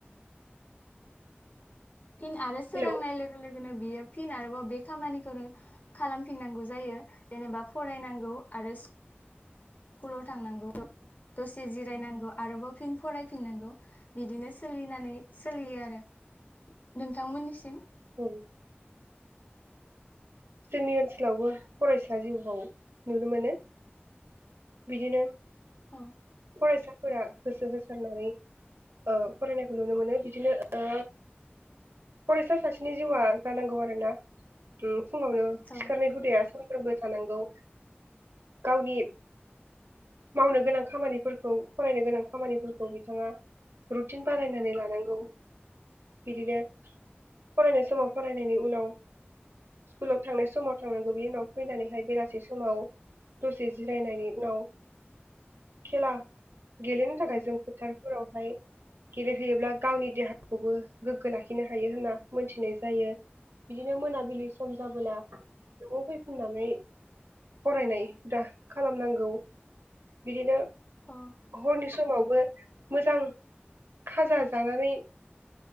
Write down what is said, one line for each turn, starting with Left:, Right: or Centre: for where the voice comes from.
Left: फिन आरो सोरांनाय
Right: हेलौ
Left: लोगो लो गोनो बियो फिन आरोबाव बे खामानिखौनो खालामफिननांगौ जायो जेनेबा फरायनांगौ आरो सि कुलाव थांनांगौ दसे जिरायनांगौ आरोबाव फिन फरायफिननांगौ बिदिनो सोलिनानै सोलियो आरो नोंथांमोननिसिम
Right: उम। जोंनि ओनसोलावबो फरायसा जिउखौ नुनो मोनो बिदिनो
Left: औ।
Right: फरायसाफोरा गोसो होसारनानै ओ फरायनायखौ नुनो मोनो बिदिनो ओ फरायसा सासेनि जिउआ जानांगौ आरोना ओम फुङावनो
Left: औ
Right: सिखारनाय हुदाया फोरबो थानांगौ गावनि मावनो गोनां खामानि फोरखौ फरायनो गोनां खामानिफोरखौ बिथाङा रुटिन बानायनानै लानांगौ बिदिनो फरायनाय समाव फरायनायनि उनाव स्कुलाव थांनाय समाव थांनांगौ बिनि उनाव फैनानैहाय बेलासि समाव दसे जिरायनायनि उनाव खेला गेलेनो थाखाय
Left: औ औ
Right: जों फोथारफोराव हाय गेलेहैयोब्ला गावनि देहाखौबो गोग्गो लाखिनो हायो होनना मोनथिनाय जायो बिदिनो मोनाबिलि सम जाबोला न'आव फैफिननानै फरायनाय हुदा खालामनांगौ बिदिनो
Left: औ
Right: हरनि समावबो। मोजां खाजा जानानै